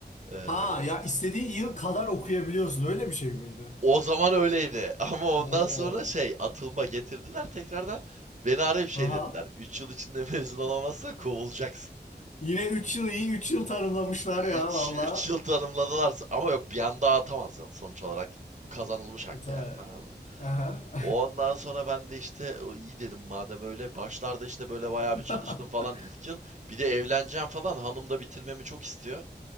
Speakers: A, on the right (about 45°); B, on the left (about 45°).
A: Eee,
B: Ha ya istediğin yıl kadar okuyabiliyorsun. Öyle bir şey miydi?
A: o zaman öyleydi. <laughs> Ama ondan
B: Oo.
A: sonra şey, atılma getirdiler tekrardan. Beni arayıp şey
B: Aha.
A: dediler. 3 yıl içinde mezun olamazsan kovulacaksın.
B: Yine 3 yıl iyi 3 yıl tarımlamışlar
A: 3
B: ya valla.
A: 3 yıl tanımladılarsa ama yok bir anda atamaz sonuç olarak. Bu kazanılmış
B: Evet
A: hak
B: ha.
A: yani tamam mı?
B: Aha.
A: Ondan sonra ben de işte "O iyi dedim madem öyle. Başlarda işte böyle bayağı
B: <laughs>
A: bir çalıştım falan ilk yıl. Bir de evleneceğim falan hanım da bitirmemi çok istiyor.